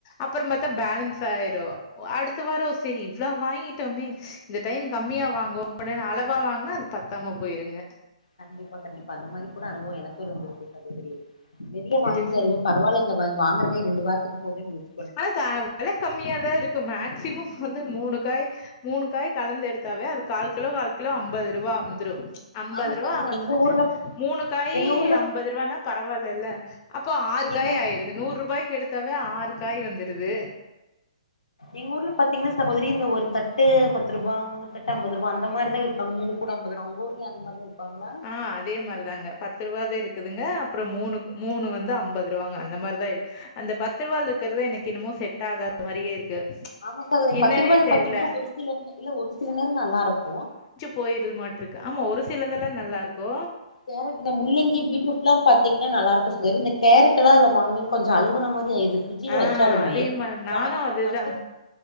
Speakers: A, on the left; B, on the left.
A: அப்புறம் பாத்தா பேலன்ஸ் ஆய்ரு அடுத்த வாரோ செரி இவ்ளோ வாங்கிட்டோமே இந்த டைம் கம்மியா வாங்குவோ <inaudible> அளவா வாங்குனா அது பத்தாம போயிருங்க
B: கண்டிப்பா கண்டிப்பா அந்த மாரி கூட அனுபவோ எனக்கு இருந்துருக்கு சகோதரி நெறைய
A: சரி
B: வாங்கிட்டு
A: சரி.
B: வருவ பரவால்ல இல்ல வாய்ங் வாங்கறதே ரெண்டு வாரத்துக்கு போதுன் யோசி
A: ஆனா கா வெல கம்மியாதா இருக்கு மேக்சிமம் வந்து மூணு காய் மூணு காய் கலந்து எடுத்தாவே அது கால் கிலோ கால் கிலோ அம்பது ரூபா வந்துரு ஐம்பதுருவா
B: ஆமா சகோதரி
A: வந்துட்டு
B: எங்க ஊர்ல
A: மூணு காய்
B: எங்க ஊர்ல
A: ஐம்பதுருவானா பரவால்லல அப்போ ஆறு
B: எங்க
A: காய் ஆய்டுது நூறுபாய்க்கு எடுத்தாவே ஆறு காய் வந்துருது
B: எங்க ஊர்ல பாத்தீங்கன்னா சகோதரி இந்த ஒரு தட்டு பத்து ரூபா மூணு தட்டு ஐம்பதுருபா அந்த மாரிதா இருப்பாங்க மூணு கூட ஐம்பதுருவா உங்க ஊர்ல அந்த மாரி தா விப்பாங்ளா
A: ஆ அதே மார்தாங்க பத்ருவாது இருக்குதுங்க அப்ற மூணு மூணு வந்து ஐம்பதுருவாங்க அந்த மார்தா இ அந்த பத்துருவால இருக்கிறது எனக்கு இன்னமு செட் ஆகாத மாரியே இருக்கு
B: ஆமா சகோதரி
A: என்னன்னே
B: பத்ருபாது
A: தெர்ல
B: பாத்தீங்கனா ஒரு சில இல்ல ஒரு சில நேர நல்லாருக்கு
A: போயிரு மாட்ருக்கு ஆமா ஒரு சிலதெல்லா நல்லாருக்கு
B: கேரட் இந்த முள்ளங்கி பீட்ரூட்லா பத்தீங்னா நல்லாருக்கு சகோதரி இந்த கேரட் எல்லா அதுல வாங்கினீங் கொஞ்சோ அழுவுன மாரி ஆயிர்து பிரிட்ஜில
A: ஆ
B: வச்சாலுமே
A: அதே மார் நானு
B: வாங்கிட்டு
A: அதுதா
B: வந்து